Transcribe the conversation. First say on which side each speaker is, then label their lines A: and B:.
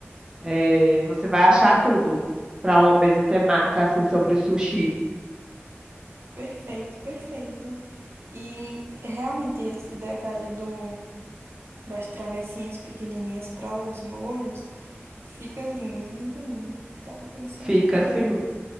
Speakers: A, on the right; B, on the right.
A: É, você vai achar tudo para uma mesa temática assim sobre o sushi.
B: Perfeito, perfeito. E realmente esse detalhe do das travessinhas pequenininhas para os molhos. Fica lindo, lindo, lindo. Tava pensando
A: Fica
B: aqui.
A: assim.